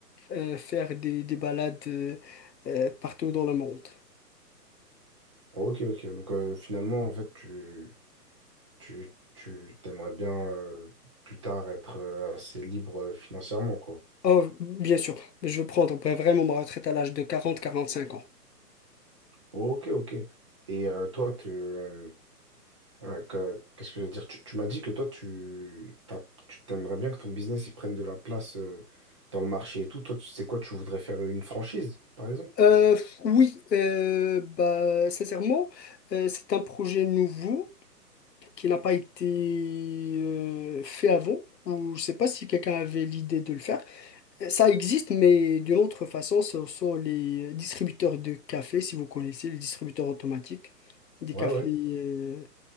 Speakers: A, on the left; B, on the right.
A: euh, faire des, des balades euh, euh, partout dans le monde.
B: Ok, ok. Donc euh, finalement, en fait, tu, tu, tu t'aimerais bien euh, plus tard être euh, assez libre euh, financièrement, quoi.
A: Oh, bien sûr, je veux prendre bah, vraiment ma retraite à l'âge de quarante quarante cinq ans.
B: Ok, ok. Et euh, toi, tu, euh, ouais, que- qu'est-ce que je veux dire? Tu, tu m'as dit que toi, tu, t'as- tu t'aimerais bien que ton business il prenne de la place euh, dans le marché et tout. Toi, tu sais quoi, tu voudrais faire une franchise, par exemple?
A: Euh, oui, euh, bah, sincèrement, euh, c'est un projet nouveau qui n'a pas été euh, fait avant, ou je ne sais pas si quelqu'un avait l'idée de le faire. Ça existe, mais d'une autre façon, ce sont les distributeurs de café, si vous connaissez, les distributeurs automatiques, des
B: Ouais,
A: cafés
B: ouais.
A: euh,